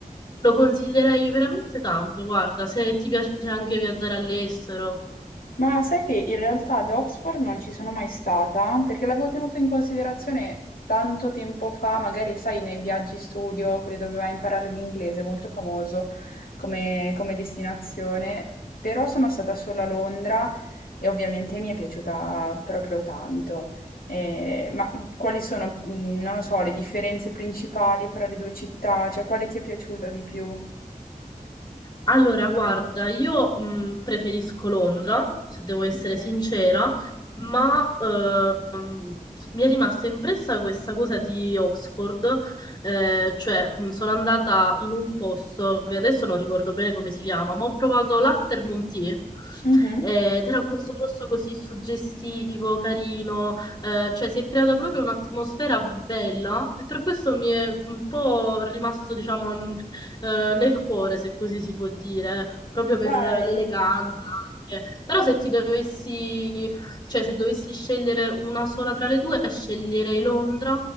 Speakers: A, on the left; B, on the left.
A: lo consiglierei veramente tanto. Guarda, se ti piace anche viaggiare all'estero.
B: Ma sai che in realtà ad Oxford non ci sono mai stata, perché l'avevo tenuto in considerazione tanto tempo fa, magari sai, nei viaggi studio, quelli dove vai a imparare l'inglese, molto famoso come, come destinazione, però sono stata solo a Londra e ovviamente mi è piaciuta proprio tanto. Eh, ma quali sono, mh, non lo so, le differenze principali fra le due città? Cioè, quale ti è piaciuta di più?
A: Allora, guarda, io mh, preferisco Londra, se devo essere
B: Mhm.
A: sincera, ma ehm, mi è rimasta impressa questa cosa di Oxford, eh, cioè mh, sono andata in un posto che adesso non ricordo bene come si chiama, ma ho provato l'afternoon tea.
B: Mhm.
A: eh, Ed era questo posto così suggestivo, carino, eh, cioè si è creata proprio un'atmosfera bella e per questo mi è un po' rimasto, diciamo, eh, nel cuore, se così si può dire, proprio per
B: Dai.
A: l'eleganza anche. Però se ti dovessi, cioè se dovessi scegliere una sola tra le due, sceglierei Londra,